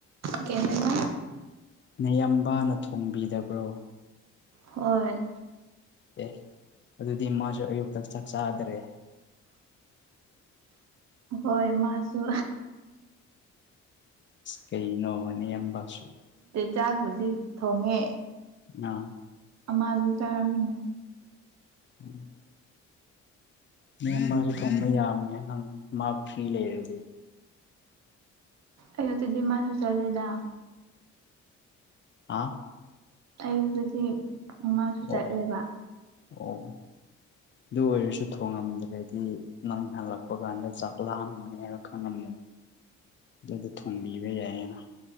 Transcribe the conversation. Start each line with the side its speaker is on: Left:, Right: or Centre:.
Right: ꯀꯩ ꯍꯥꯏꯕ
Left: ꯅꯌꯥꯝꯕꯥꯅ ꯊꯣꯡꯕꯤꯗꯕ꯭ꯔꯣ
Right: ꯍꯣꯏ
Left: ꯑꯦ ꯑꯗꯨꯗꯤ ꯃꯥꯁꯨ ꯑꯌꯨꯛꯇ ꯆꯥꯛ ꯆꯥꯗ꯭ꯔꯦ
Right: <inaudible> ꯍꯣꯏ ꯃꯥꯁꯨ
Left: ꯀꯩꯅꯣ ꯅꯌꯥꯝꯕꯁꯨ
Right: ꯆꯥꯛꯕꯨꯗꯤ ꯊꯣꯡꯉꯦ
Left: ꯑꯥ
Right: ꯑꯃꯖꯨ ꯆꯥꯔꯝꯃꯦ
Left: ꯎꯝ ꯅꯌꯥꯝꯕꯁꯨ ꯊꯣꯡꯕ ꯌꯥꯕꯅꯦ ꯅꯪ ꯃꯥ ꯐꯔꯤ ꯂꯩꯔꯗꯤ
Right: ꯑꯌꯨꯛꯇ ꯗꯤꯃꯥꯁꯨ ꯆꯠꯂꯦꯗ
Left: ꯑꯥ
Right: ꯑꯌꯨꯛꯇꯗꯤ ꯃꯁꯨ
Left: ꯑꯣ
Right: ꯆꯠꯂꯦꯕ
Left: ꯑꯣ ꯑꯗꯨ ꯑꯣꯏꯔꯁꯨ ꯊꯣꯡꯉꯝꯗ꯭ꯔꯗꯤ ꯅꯪ ꯍꯜꯂꯛꯄ ꯀꯥꯟꯗ ꯆꯥꯛ ꯂꯥꯝꯒꯅꯤ ꯍꯥꯏꯅ ꯈꯪꯉꯝꯒꯅꯤ ꯑꯗꯨ ꯊꯣꯡꯕꯤꯕ ꯌꯥꯏꯌꯦꯅ